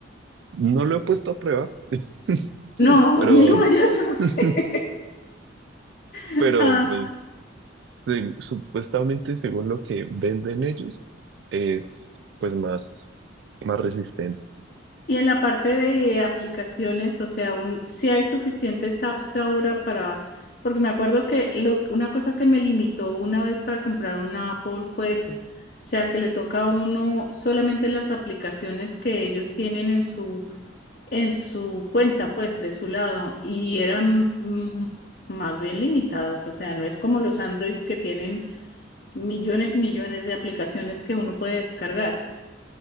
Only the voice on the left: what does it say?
no,
ni lo vayas
a hacer. <laughs>
Y en la parte de aplicaciones, o sea, un, si hay suficientes apps ahora para, porque me acuerdo que lo, una cosa que me limitó una vez para comprar una Apple fue eso, o sea, que le toca a uno solamente las aplicaciones que ellos tienen en su, en su cuenta, pues, de su lado, y eran mm, más bien limitadas, o sea, no es como los Android que tienen millones y millones de aplicaciones que uno puede descargar,